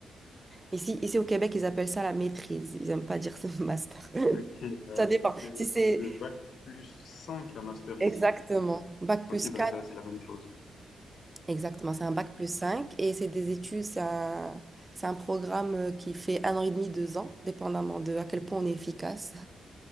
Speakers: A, on the right (about 15°); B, on the left (about 65°).
A: Ici, ici au Québec, ils appellent ça la maîtrise. Ils n'aiment pas dire ce master. <laughs>
B: Ok, euh,
A: Ça dépend.
B: c'est
A: Si c'est
B: de bac plus 5 un master
A: exactement
B: ici.
A: bac
B: Ok,
A: plus
B: bah
A: quatre
B: ça, c'est la même chose.
A: exactement, c'est un bac plus cinq et c'est des études, c'est un, c'est un programme euh, qui fait un an et demi, deux ans, dépendamment de à quel point on est efficace.